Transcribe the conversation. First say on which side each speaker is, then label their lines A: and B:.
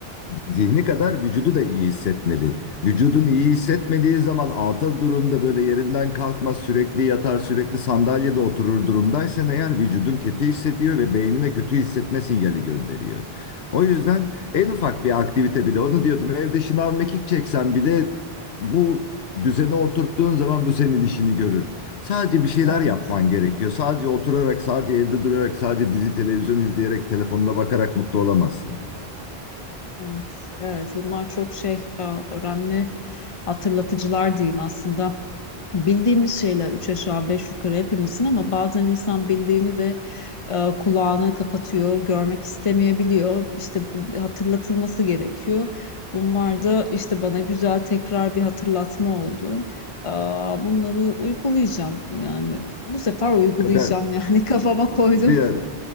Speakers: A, on the left; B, on the left.
A: zihni kadar vücudu da iyi hissetmeli. Vücudun iyi hissetmediği zaman atıl durumda böyle yerinden kalkmaz, sürekli yatar, sürekli sandalyede oturur durumdaysan eğer vücudun kötü hissediyor ve beynine kötü hissetme sinyali gönderiyor. O yüzden en ufak bir aktivite bile onu diyordum. Evde şınav mekik çeksen bile bu düzene oturttuğun zaman bu senin işini görür. Sadece bir şeyler
B: Evet,
A: yapman gerekiyor. Sadece oturarak, sadece evde durarak, sadece dizi televizyon izleyerek, telefonuna bakarak mutlu olamazsın.
B: evet, evet. Bunlar çok şey e, önemli hatırlatıcılar diyeyim aslında. bildiğimiz şeyler üç aşağı beş yukarı hepimizin ama bazen insan bildiğini de e, kulağını kapatıyor, görmek istemeyebiliyor. İşte b- hatırlatılması gerekiyor. Bunlar da işte bana güzel tekrar bir hatırlatma oldu. Aa, bunları uygulayacağım yani bu sefer uygulayacağım
A: E, Ben
B: yani <laughs> kafama
A: e,
B: koydum.
A: biraz